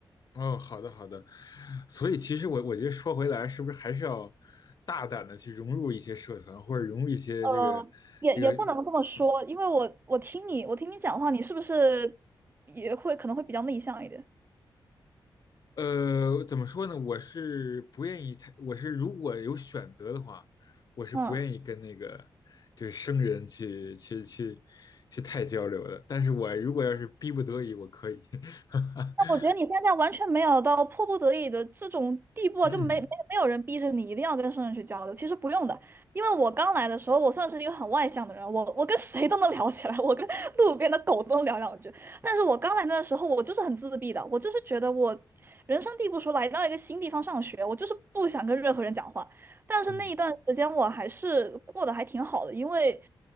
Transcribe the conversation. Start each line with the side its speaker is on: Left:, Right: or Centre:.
Left: 哦，好的好的，所以其实我我觉得说回来，是不是还是要大胆的去融入一些社团，或者融入一些这个这个。
Right: 呃，也也不能这么说，
Left: 嗯。
Right: 因为我我听你，我听你讲话，你是不是也会可能会比较内向一点？
Left: 呃，怎么说呢？我是不愿意太，我是如果有选择的话，我是不愿意跟那个
Right: 嗯
Left: 就是生人去去去去太交流的。但是我如果要是逼不得已，我可以。<laughs>
Right: 但我觉得你现在完全没有到迫不得已的这种地步啊，
Left: 嗯
Right: 就没没没有人逼着你一定要跟生人去交流。其实不用的，因为我刚来的时候，我算是一个很外向的人，我我跟谁都能聊起来，我跟路边的狗都能聊两句。但是我刚来那时候，我就是很自闭的，我就是觉得我人生地不熟，来到一个新地方上学，我就是不想跟任何人讲话。但是那一段时间我还是过得还挺好的，
Left: 嗯，
Right: 因为，